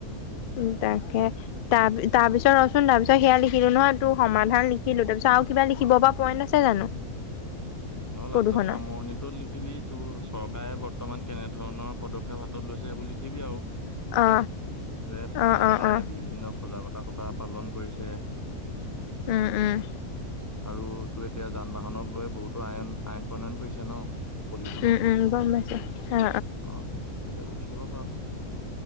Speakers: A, on the left; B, on the left.
A: উম, তাকে। তাৰ তাৰপিছত ৰচোন তাৰপিছত সেয়া লিখিলো নহয় ত সমাধান লিখিলো তাৰপিছত আৰু কিবা লিখিব পৰা পইণ্ট আছে জানো।
B: অ, লাষ্টত
A: প্ৰদূষণৰ
B: সামৰণিটোত লিখিবি তোৰ চৰকাৰে বৰ্তমান কেনে ধৰণৰ পদক্ষেপ হাতত লৈছে সেইবুলি। লিখিব আৰু
A: অ
B: যে ঠায়ে
A: অ
B: -
A: অ
B: ঠায়ে
A: অ
B: বিভিন্ন সজাগতা সভা পালন কৰিছে।
A: উম - উম।
B: আৰু তো এতিয়া যান বাহনক লৈ টো আইন আইন প্ৰণয়ন কৰিছে ন' পলিউচনৰ
A: উম
B: ওপৰত
A: উম গম পাইছো অ
B: অ'। সেইবোৰ লিখিব পাৰ।